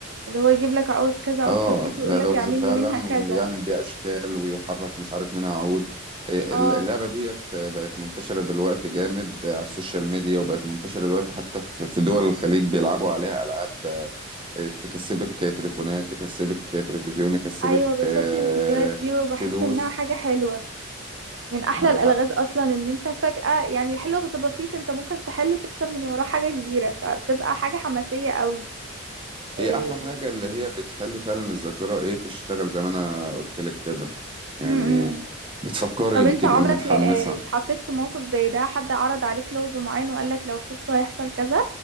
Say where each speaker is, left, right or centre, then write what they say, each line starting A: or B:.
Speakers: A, on the right (about 70°); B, on the right (about 25°).
A: اللي هو يجيب لك عود كذا عود
B: اه
A: كبريت
B: ده
A: ويقول
B: لغز
A: لك اعمل
B: فعلا
A: لي منها كذا
B: ويعمل بيه اشكال ويحرك مش عارف منها عود إيه،
A: اه
B: اللعبه ديت بقت منتشره دلوقتي جامد على السوشيال ميديا وبقت منتشره دلوقتي حتى في في دول الخليج بيلعبوا عليها العاب آه، تكسبك تليفونات تكسبك تلفزيون تكسبك
A: ايوه بشوف
B: آه،
A: الفيديوهات دي وبحس
B: فلوس
A: انها حاجه حلوه من احلى
B: ما
A: الالغاز
B: هي حق.
A: اصلا ان انت فجاه يعني حل لغز بسيط انت ممكن تحله تكتب من وراه حاجه كبيره فبتبقى حاجه حماسيه قوي إيه.
B: هي احلى حاجه اللي هي بتخلي فعلا الذاكره ايه تشتغل زي ما انا قلت لك كده يعني
A: م-م.
B: بتفكري
A: طب
B: بتبقي
A: انت عمرك
B: متحمسه
A: لا- اتحطيت في موقف زي ده حد عرض عليك لغز معين وقال لك لو فزت هيحصل كذا